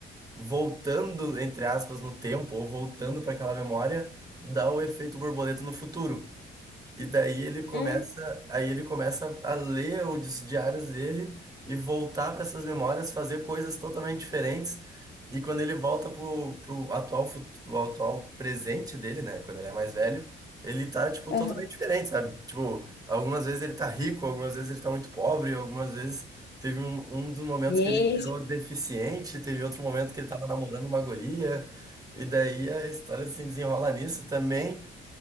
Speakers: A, on the right; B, on the left.
A: voltando, entre aspas, no tempo, ou voltando para aquela memória, dá o efeito borboleta no futuro. E daí ele começa,
B: Hum,
A: aí ele começa a ler os diários dele e voltar para essas memórias, fazer coisas totalmente diferentes. E quando ele volta pro, pro atual, fu- do atual presente dele, né, quando ele é mais velho, ele tá, tipo,
B: aham.
A: totalmente diferente, sabe? Tipo, algumas vezes ele tá rico, algumas vezes ele tá muito pobre, algumas vezes teve um, um dos momentos
B: Gente,
A: que ele virou deficiente, teve outro momento que ele tava namorando uma guria. E daí a história se desenrola nisso também